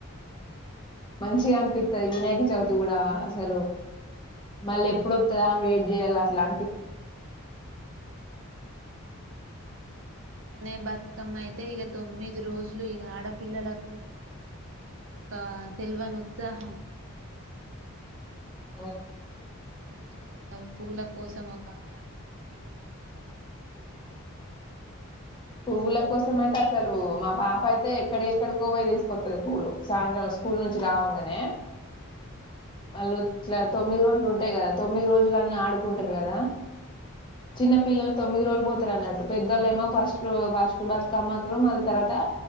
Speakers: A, on the left; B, on the right.
A: మంచిగా అనిపిస్తది వినాయక చవితి గూడా అసలు మళ్ళీ ఎప్పుడోస్తదా అని వేట్ చేయాల్ అట్ల అనిపిత్తదసలు
B: హ్ అవును అంటనే బతుకమ్మ అయితే ఇగ తొమ్మిది రోజులు ఇగ ఆడపిల్లలకు అదొక తెల్వని ఉత్సాహం
A: ఆ
B: మంచిగా పూల కోసం ఒక ఆరాటం పూలు తేవాలే బతుకమ్మ పెర్వాలె
A: పువ్వుల కోసం
B: మన
A: అయితే అసలు మా పాప పయితే ఎక్కడ ఎక్కడికో పోయి తీసుకొత్తది పూలు సాయంత్రం స్కూల్ నుంచి రావంగానే వాళ్ళు ఇట్ల తొమ్మిది రోజులు ఉంటాయి కదా తొమ్మిది రోజులు అన్న ఆడుకుంటరు కదా చిన్న పిల్లల్ తొమ్మిది రోజులు పోతరన్నట్టు పెద్దలేమో ఫస్ట్ ఫస్టు బతుకమ్మకు మళ్ళ తర్వాత తా